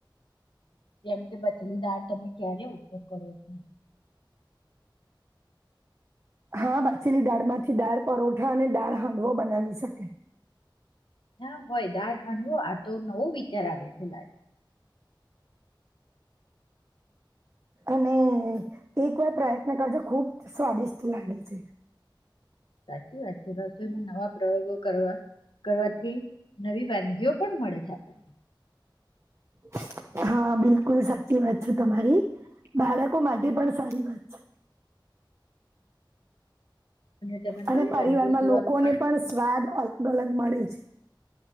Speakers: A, on the left; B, on the right.
A: જેમ કે બચલી દાળ તમે ક્યારે ઉપયોગ કરો છો?
B: હા બાચલી દાળ માંથી દાળ પરોઠા અને દાળ હાંડવો બનાવી શકે.
A: ના હોય દાળ હાંડવો આતો નવો વિચાર આવે છે લડ
B: અને એક વાર પ્રયત્ન કરજો ખુબ સ્વાદિષ્ટ લાગે છે.
A: સાચી વાત છે રસોઈમાં નવા પ્રયોગો કરવા કરવાથી નવી વાનગીઓ પણ મળે છે આપણને.
B: <inaudible> હા બિલકુલ સાચી વાત છે તમારી બાળકો માટે પણ સારી વાત છે.
A: તેમાં
B: અને
A: નવી
B: પરિવારમાં
A: વાનગીઓ જોવાનું
B: લોકોને પણ સ્વાદ અલગ અલગ મળે છે.